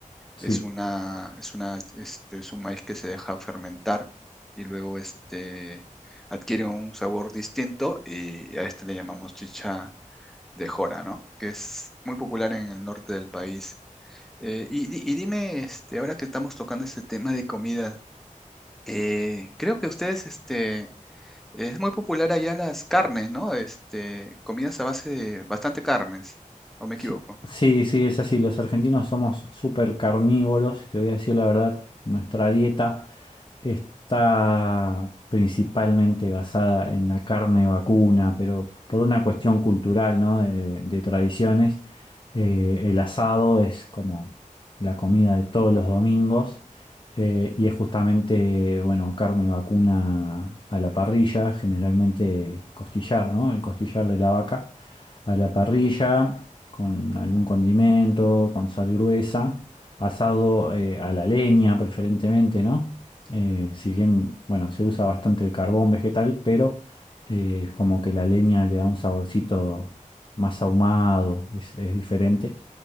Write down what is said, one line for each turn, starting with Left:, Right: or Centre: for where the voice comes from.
Left: Sí.
Centre: Es una, es una, este, es un maíz que se deja fermentar y luego este, adquiere un sabor distinto y a este le llamamos chicha de jora, ¿no? Que es muy popular en el norte del país. Eh, y, di- y dime, este, ahora que estamos tocando este tema de comida, eh, creo que ustedes, este, es muy popular allá las carnes, ¿no? Este, comidas a base de bastante carnes, ¿o me
Left: Sí,
Centre: equivoco?
Left: sí, sí, es así. Los argentinos somos súper carnívoros, te voy a decir la verdad. Nuestra dieta está principalmente basada en la carne vacuna, pero por una cuestión cultural, ¿no? De, de tradiciones. Eh, el asado es como la comida de todos los domingos eh, y es justamente, bueno, carne vacuna a la parrilla, generalmente costillar, ¿no? El costillar de la vaca a la parrilla con algún condimento, con sal gruesa, asado eh, a la leña preferentemente, ¿no? Eh, si bien, bueno, se usa bastante el carbón vegetal, pero eh, como que la leña le da un saborcito más ahumado, es, es diferente.